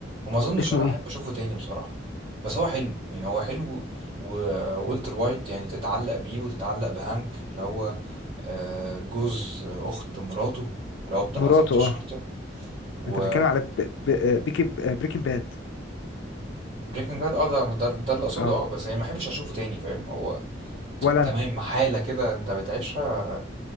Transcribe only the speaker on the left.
اسمه
ايه
مراته
اه
انت بتتكلم على ب... ب... آه، بيكي بريكنج باد
اه
ولا
انا